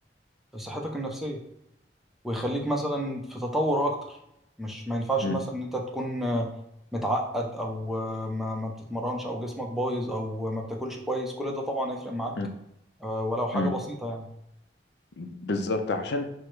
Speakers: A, in the centre; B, on the left.
A: في صحتك النفسية ويخليك مثلا في تطور اكتر مش ما ينفعش
B: مم.
A: مثلا ان انت تكون آه، متعقد او آه، ما ما بتتمرنش او جسمك بايظ او ما بتاكلش كويس كل ده طبعا هيفرق معاك
B: مم.
A: آه، ولو حاجه
B: مم.
A: بسيطه يعني
B: بالظبط عشان